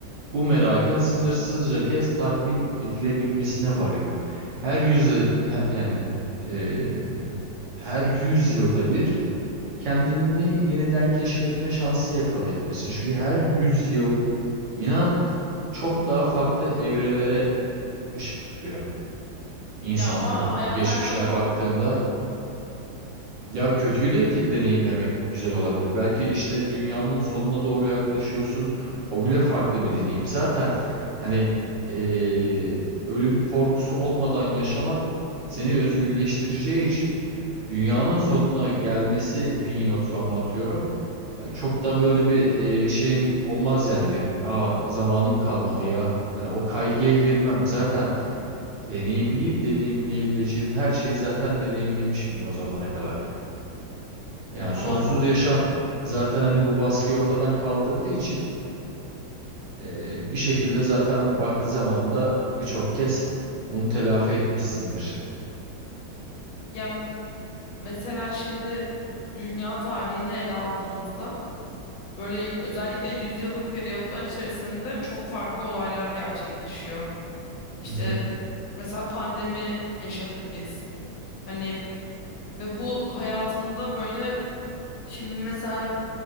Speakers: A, on the right (about 65°); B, on the left (about 80°).
A: bu merakın sınırsızca kez tatmin edilebilmesine varıyor. Her yüzyıl yani e, her yüz yılda bir kendini yeniden keşfetme şansı yakalayabilirsin. Çünkü her yüz yıl inan çok daha farklı evrelere ışık tutuyor. İnsanlık
B: Ya ama hayat
A: geçmişine
B: her zaman
A: baktığında ya kötüyü de te- deneyimlemek güzel olabilir. Belki işte dünyanın sonuna doğru yaklaşıyorsun. O bile farklı bir deneyim. Zaten hani eee, ölüm korkusu olmadan yaşamak seni özgürleştireceği için dünyanın sonuna gelmesi bin yıl sonra atıyorum. Hani çok da böyle bir eee, şeyim olmaz yani benim. Ya zamanım kalmadı ya. Hani o kaygıya girmem. Zaten Deneyimleyip deneyimleyebileceğim her şeyi zaten deneyimlemişimdir o zamana kadar. Yani
B: ama
A: sonsuz yaşam zaten hani bu baskıyı ortadan kaldırdığı için e, bir şekilde zaten vakti zamanında birçok kez bunu telafi etmişsindir.
B: yani mesela şimdi dünya tarihini ele aldığımızda böyle özellikle 100 yıllık periyotlar içerisinde çok farklı olaylar gerçekleşiyor. İşte
A: Hı hı.
B: mesela pandemi yaşadık biz. Hani ve bu hayatında böyle Şimdi mesela